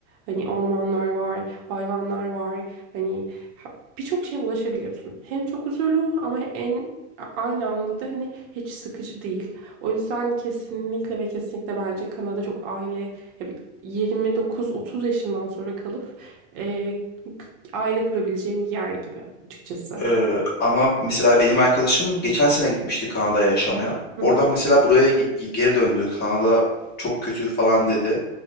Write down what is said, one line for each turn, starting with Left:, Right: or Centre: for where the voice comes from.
Right: Hani ormanlar var, hayvanlar var. Hani ha- birçok şeye ulaşabiliyorsun. Hem çok huzurlu ama en A- Aynı anda da hani hiç sıkıcı değil. O yüzden kesinlikle ve kesinlikle bence Kanada çok aile ya bir 29-30 yaşından sonra kalıp e, k- aile kurabileceğim bir yer gibi açıkçası.
Left: Ee, ama mesela benim arkadaşım geçen sene gitmişti Kanada'ya yaşamaya.
Right: Hı
Left: Oradan
Right: hı.
Left: mesela buraya gi- geri döndü. Kanada çok kötü falan dedi.